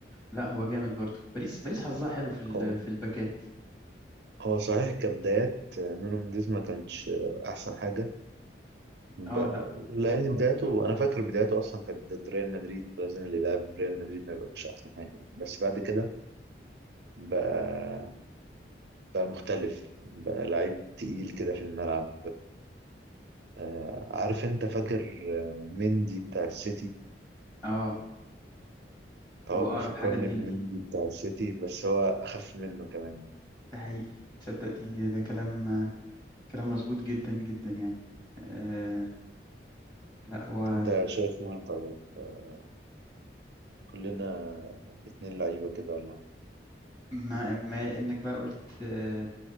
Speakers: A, on the left; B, on the right.
A: لا هو جامد برضه باريس باريس حظها حلو في ال-
B: هو
A: في الباكات
B: هو صحيح كبدايات آه، نونو منديز ما كانش آه، أحسن حاجة ب...
A: اه لا
B: لأن بدايته أنا فاكر بدايته أصلا كانت ضد ريال مدريد لازم اللي يلعب ريال مدريد ما يبقاش أحسن حاجة بس بعد كده بقى بقى مختلف بقى لعيب تقيل كده في الملعب آه، عارف انت فاكر آه، مندي بتاع السيتي
A: اه هو
B: هو
A: أقرب
B: بيفكرني
A: حاجة لمندي
B: بمندي بتاع السيتي بس هو اخف منه كمان
A: ده حقيقي تصدق دي ده كلام كلام مظبوط جدا جدا يعني آه لا هو
B: انت شايف مين طيب آه، كلنا اتنين لعيبة كده ولا حاجة
A: ما ما انك بقى قلت آه،